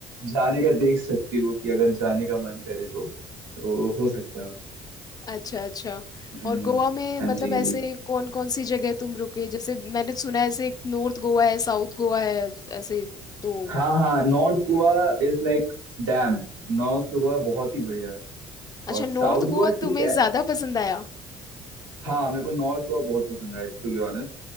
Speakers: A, on the right; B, on the left.
A: जाने का देख सकती हो कि अगर जाने का मन करे तो तो हो सकता है
B: अच्छा अच्छा
A: हम्म,
B: और गोवा में मतलब
A: हाँ जी
B: ऐसे कौन कौन सी जगह तुम रुके जैसे मैंने सुना है ऐसे नॉर्थ गोवा है साउथ गोवा है ऐसे तो
A: हाँ हाँ north Goa is like damn north Goa बहुत ही बढ़िया है और
B: अच्छा
A: साउथ
B: नॉर्थ
A: गोवा
B: गोवा
A: ठीक
B: तुम्हें
A: है
B: ज्यादा पसंद आया
A: हाँ मेरे को नॉर्थ गोवा बहुत पसंद आया टू बी ऑनेस्ट